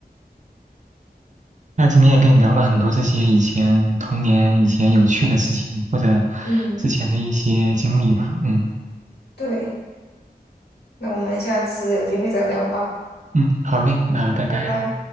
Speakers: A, on the right (about 50°); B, on the left (about 80°).
A: 那今天也跟你聊了很多这些以前童年、以前有趣的事情，或者
B: 嗯，
A: 之前的一些经历吧。嗯
B: 对，那我们下次有机会再聊吧，
A: 嗯，好嘞，那拜拜。
B: 拜拜。